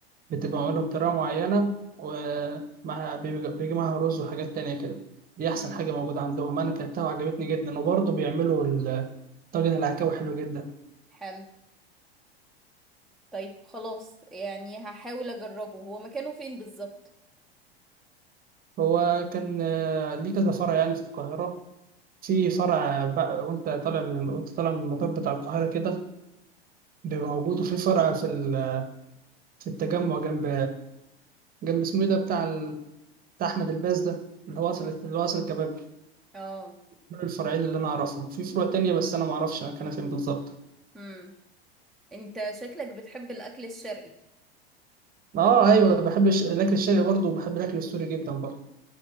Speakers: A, on the right; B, in the centre.
A: بتبقى معمولة بطريقة معينة ومعها بيبقى- بيجي معاها رز وحاجات تانية كده دي احسن
B: مم.
A: حاجة موجودة عندهم انا اكلتها وعجبتني جدا وبرضه بيعملوا ال- طاجن العكاوي حلو جدا
B: حلو طيب خلاص يعني هحاول اجربه هو مكانه فين بالظبط
A: هو كان آه، ليه كذا فرع يعني في القاهرة في فرع بقى وانت طالع من وانت طالع من المطار بتاع القاهرة كده بيبقى موجود وفي فرع في ال... في التجمع جنب جنب اسمه ايه ده بتاع ال... بتاع أحمد الباز ده اللي هو قصر اللي هو قصر الكباب
B: اه
A: دول الفرعين اللي أنا أعرفهم في فروع تانية بس أنا معرفش مكانها فين بالظبط
B: مم. انت شكلك بتحب الاكل الشرقي
A: اه أيوة بحب الش- الأكل الشرقي برضه وبحب الأكل السوري جدا برضه